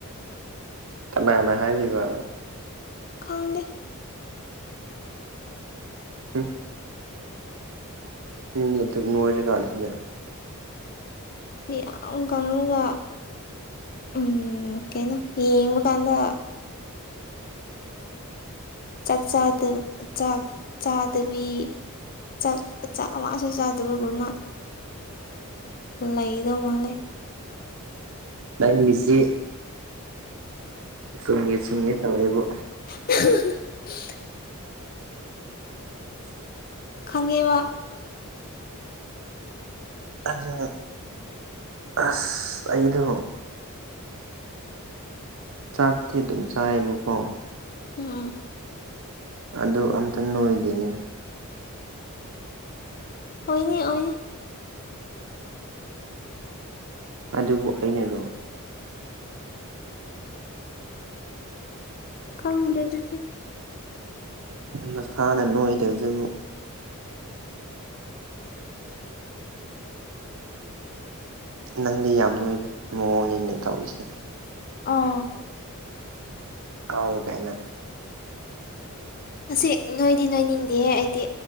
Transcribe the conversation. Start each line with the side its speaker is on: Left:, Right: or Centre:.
Right: ꯀꯅꯥꯅ ꯍꯥꯏꯔꯤꯕ
Left: ꯈꯪꯗꯦ
Right: ꯍꯝ ꯅꯪꯗꯤ ꯑꯗꯨꯝ ꯅꯣꯏꯔꯀꯥꯟꯁꯤꯗ
Left: ꯌꯥꯝ ꯀꯪꯉꯒ ꯎꯝ ꯀꯩꯅꯣ ꯌꯦꯡꯕ ꯀꯥꯟꯗ ꯆꯥꯛ ꯆꯗ ꯆꯥꯛ ꯆꯥꯗꯕꯤ ꯆꯥꯛ ꯆꯥꯛ ꯋꯥꯁꯨ ꯆꯥꯗꯕꯒꯨꯝꯅ ꯂꯩꯗꯧ ꯃꯥꯂꯦ
Right: ꯂꯏꯟ ꯖꯤ ꯆꯨꯝꯒꯦ ꯆꯨꯝꯒꯦ ꯇꯧꯋꯦꯕꯨ
Left: ꯑ
Right: ꯎ
Left: ꯈꯪꯉꯦꯕ
Right: ꯑꯗꯨꯅ ꯑꯁ ꯑꯩꯗꯣ ꯆꯥꯛꯇꯤ ꯑꯗꯨꯝ ꯆꯥꯏꯌꯦꯕꯀꯣ
Left: ꯎꯥ
Right: ꯑꯗꯨ ꯑꯝꯇ ꯅꯣꯏꯗꯤꯅꯦ
Left: ꯑꯣꯏꯅꯤ ꯑꯣꯏꯅꯤ
Right: ꯑꯗꯨꯕꯨ ꯑꯩꯅꯣ
Left: ꯈꯪꯂ‌ꯦꯗꯨꯗꯤ
Right: ꯃꯁꯥꯅ ꯅꯣꯏꯗꯕꯁꯤꯕꯨ ꯅꯪꯗꯤ ꯌꯥꯝ ꯅꯣꯏꯕ ꯃꯑꯣꯡꯅꯤꯅꯦ ꯇꯧꯔꯤꯁꯦ
Left: ꯑꯥ
Right: ꯀꯣ ꯒꯥꯏꯅ
Left: ꯑꯁꯤ ꯅꯣꯏꯗꯤ ꯅꯣꯏꯅꯤꯡꯗꯦ ꯑꯩꯗꯤ